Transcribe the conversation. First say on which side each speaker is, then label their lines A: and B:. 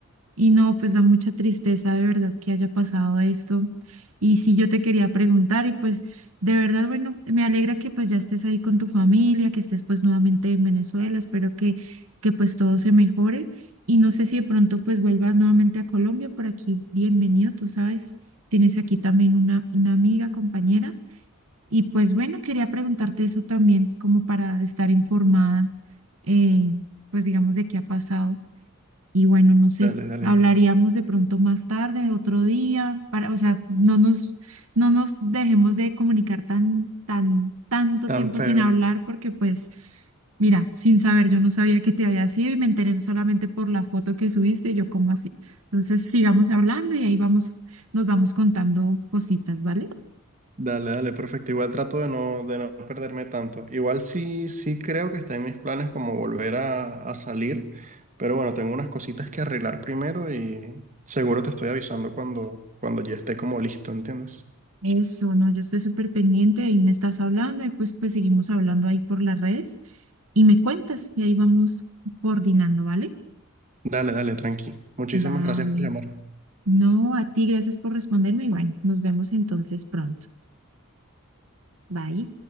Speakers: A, on the right; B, on the right.
A: Y no, pues da mucha tristeza de verdad que haya pasado esto. Y sí, yo te quería preguntar y pues de verdad, bueno, me alegra que pues ya estés ahí con tu familia, que estés pues nuevamente en Venezuela, espero que, que pues todo se mejore. Y no sé si de pronto pues vuelvas nuevamente a Colombia, por aquí, bienvenido, tú sabes, tienes aquí también una, una amiga, compañera. Y pues bueno, quería preguntarte eso también, como para estar informada, eh, pues digamos, de qué ha pasado. Y bueno, no sé,
B: Dale, dale.
A: hablaríamos de pronto más tarde, otro día, para, o sea, no nos, no nos dejemos de comunicar tan, tan, tanto
B: Tan
A: tiempo
B: feo.
A: sin hablar, porque pues, mira, sin saber, yo no sabía que te había sido y me enteré solamente por la foto que subiste, y yo como así. Entonces, sigamos hablando y ahí vamos, nos vamos contando cositas, ¿vale?
B: Dale, dale, perfecto. Igual trato de no, de no perderme tanto. Igual sí, sí creo que está en mis planes como volver a, a salir, pero bueno, tengo unas cositas que arreglar primero y seguro te estoy avisando cuando, cuando ya esté como listo, ¿entiendes?
A: Eso, no, yo estoy súper pendiente, ahí me estás hablando, y pues, pues seguimos hablando ahí por las redes y me cuentas, y ahí vamos coordinando, ¿vale?
B: Dale, dale, tranqui. Muchísimas
A: Vale.
B: gracias por llamar.
A: No, a ti, gracias por responderme y bueno, nos vemos entonces pronto. Bye.